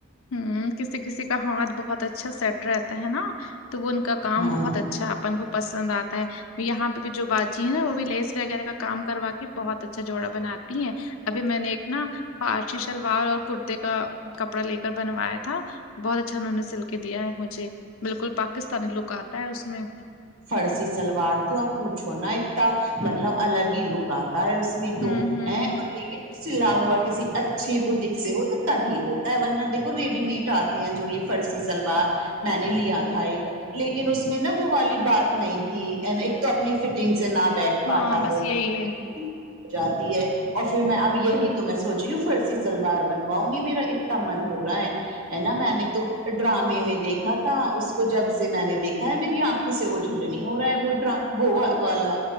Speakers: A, on the left (about 80°); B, on the right (about 85°).
A: ہم کسی کسی کا ہاتھ بہت اچھا سیٹ رہتا ہے نا تو وہ ان کا کام
B: ہاں
A: بہت اچھا اپن کو پسند آتا ہے یہاں پہ بھی جو باجی ہے نا وہ بھی لیس وغیرہ کا کام کروا کے بہت اچھا جوڑا بناتی ہیں ابھی میں نے ایک نا فرشی شلوار اور کرتے کا کپڑا لے کر بنوایا تھا تھا بہت اچھا انہوں نے سل کے دیا ہے مجھے بالکل پاکستانی لک آتا ہے اس میں
B: فرشی سلوار تو آپ پوچھو نا اتنا مطلب الگ ہی لک آتا ہے اس میں تو
A: ہوں ہوں
B: ہے اور
A: ہوں
B: لیکن سلا ہوا کسی اچھی بوٹک سے ہو تو تبھی ہوتا ہے ورنہ دیکھو ریڈی میڈ آتا ہیں جو یہ فرسی شلوار میں نے لیا تھا ایک لیکن اس میں نا وہ والی بات نہیں تھی ایک تو اپنی فٹنگ سے نہ بیٹھ
A: ہاں
B: پاتا
A: بس
B: وہ
A: یہی
B: یہ
A: ہے
B: ہو جاتی ہے اور پھر میں اب یہی تو میں سوچ رہی ہوں فرسی سلوار بنواؤں گی میرا اتنا من ہو رہا ہے ہے نا میں نے تو ڈرامے میں دیکھا تھا اس کو جب سے میں نے دیکھا ہے میری آنکھوں سے وہ الجھن ہو رہا ہے وہ ڈرا وہ والا